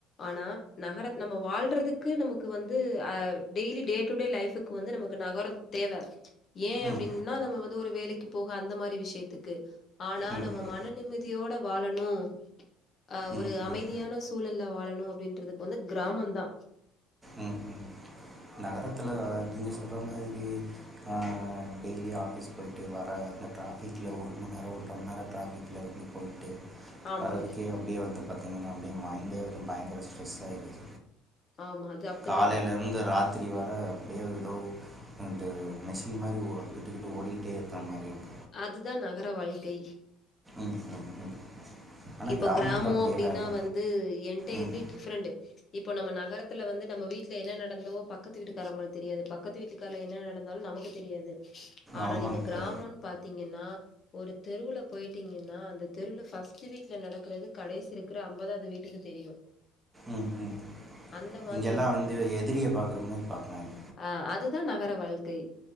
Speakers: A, on the left; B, on the right.
A: ஆனா நகர நம்ம வாழ்றதுக்கு நமக்கு வந்து அ டெய்லி டே டுடே லைஃபுக்கு வந்து நமக்கு நகரொ தேவ ஏ
B: ம்
A: அப்டின்னா நம்ம வந்து ஒரு வேலைக்கு போக அந்த மாரி விஷ்யத்துக்கு ஆனா
B: ம்
A: நம்ம
B: ம்
A: மன நிம்மதியோட வாழனு அ
B: ம்
A: ஒரு அமைதியான
B: ம்
A: சூழல்ல வாழனு அப்டின்றதுக்கு வந்து கிராமம்தா
B: ம் ம் நகரத்துல நீங்க சொல்ற மாதிரி ஆ டெய்லி ஆஃபீஸ் போயிட்டு வர அந்த ட்ராஃபிக்ல ஒரு மண் நேர ஒன்ர மண் நேர ட்ராஃபிக்ல நின்னு போயி்ட்டு
A: ஆமா
B: வரதுக்கே அப்டியே வந்து பாத்திங்கனா அப்டியே மைண்டே வந்து பயங்கர ஸ்ட்ரெஸ் ஆயிருது
A: ஆமா அது அப்டிதா
B: காலைலெருந்து ராத்திரி வர அப்டியே ஏதோ <unintelligible> மெஷின் மாரி ஓ அங்கிட்டு இங்கிட்டு ஓடிகிட்டே இருக்குற மாரி இருக்கு
A: அதுதா நகர வாழ்க்கை
B: ம் ம் ம் ஆனா
A: இப்ப
B: கிராமத்துல
A: கிராமோ
B: அப்படியெல்லா
A: அப்டின்னா
B: இல்ல
A: வந்து என்டயர்லி
B: ம்
A: டிஃப்ரெண்டு இப்பொ நம்ம நகரத்துல வந்து நம்ம வீ ட்ல என்ன நடந்தவோ பக்கத்து வீட்டுக்காரவுங்களுக்கு தெரியாது பக்கத்து வீட்டுக்கார்ல என்ன நடந்தாலு நமக்கு தெரியாது ஆனா
B: ஆமாங்க்கா
A: நீங்க கிராமொன் பாத்தீங்கன்னா ஒரு தெருவுல போயிட்டீங்கன்னா அந்த தெருல ஃபஸ் ட்டு வீட்ல நடக்குறது கடைசி இருக்குற அம்பதாது வீட்டுக்கு தெரியு
B: ம் ம்
A: அந்த மாதிரி
B: இங்கெல்லா
A: இருக்கு
B: வந்து எதிரிய பாக்குற மாரி பாக்குறாங்க
A: அ அதுதா நகர வாழ் க்கை